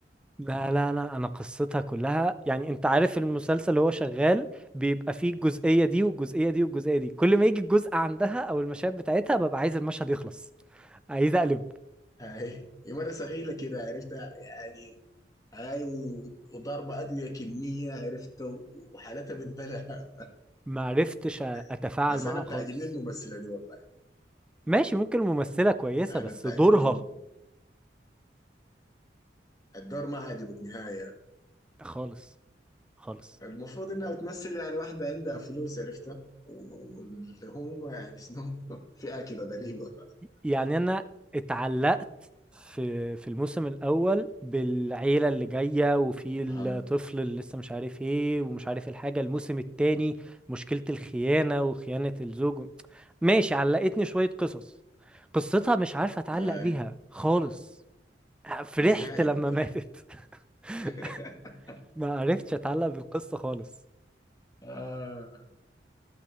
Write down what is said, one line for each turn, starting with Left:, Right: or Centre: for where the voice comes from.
Centre: لا لا لا انا قصتها كلها يعني انت عارف المسلسل هو شغال بيبقى فيه الجزئية دي والجزئية دي والجزئية دي كل ما يجي الجزء عندها
Left: مم.
Centre: او المشاهد بتاعتها ببقى عايز المشهد يخلص عايز اقلب
Left: اي هي مره صغيره كده عرفتها يعني اي و- وضاربه ادويه كميه عرفت و- وحالتها بالبلاء
Centre: ما عرفتش اتفاعل
Left: <laughs> بس
Centre: معاها
Left: انا بتعجبني
Centre: خالص
Left: الممثله دي والله
Centre: ماشي ممكن الممثلة كويسة
Left: انا
Centre: بس
Left: بتعجبني
Centre: دورها
Left: الم- الدور ما عجبك نهايه
Centre: خالص خالص
Left: المفروض انها بتمثل يعني واحده عندها فلوس عرفتها و- واللي هم يعني شنو <laughs> فئه كده غريبه <laughs>
Centre: يعني انا اتعلقت في في الموسم الاول بالعيله اللي جايه وفي الطفل
Left: اها
Centre: اللي لسه مش عارف ايه ومش عارف الحاجه الموسم التاني مشكله الخيانه وخيانه الزوج ماشي علقتني شويه قصص قصتها مش عارف اتعلق
Left: اي
Centre: بيها خالص فرحت
Left: نهائي
Centre: لما
Left: قلت
Centre: ماتت
Left: لك
Centre: <laughs>
Left: <laughs>
Centre: ما عرفتش اتعلق بالقصه خالص
Left: آه.